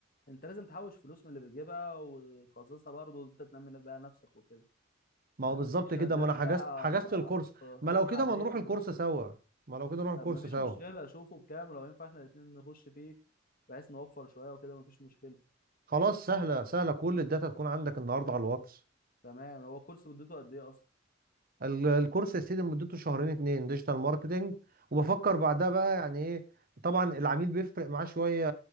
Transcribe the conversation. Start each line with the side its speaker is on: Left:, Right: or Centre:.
Left: أنت لازم تحوش فلوس من اللي بتجيبها وتخصصها برضو أنت تنمي بقى نفسك وكده
Right: ما
Left: هتديك
Right: هو بالظبط
Left: شغال
Right: كده ما انا حجزت
Left: بقى
Right: حجزت الكورس
Left: على الطريقة
Right: ما لو كده
Left: العادية
Right: ما نروح
Left: دي
Right: الكورس
Left: ملهاش لازمة
Right: سوا ما لو كده نروح الكورس
Left: طب مفيش
Right: سوا
Left: مشكلة أشوفه بكام ولو ينفع إحنا الاتنين نخش فيه بحيث نوفر شوية وكده مفيش مشكلة
Right: خلاص سهله سهله كل الداتا تكون عندك النهارده على الواتس
Left: تمام هو الكورس مدته قد إيه أصلا؟
Right: ال- الكورس يا سيدي مدته شهرين اتنين ديجيتال ماركتنج وبفكر بعدها بقى يعني ايه طبعا العميل بيفرق معاه شويه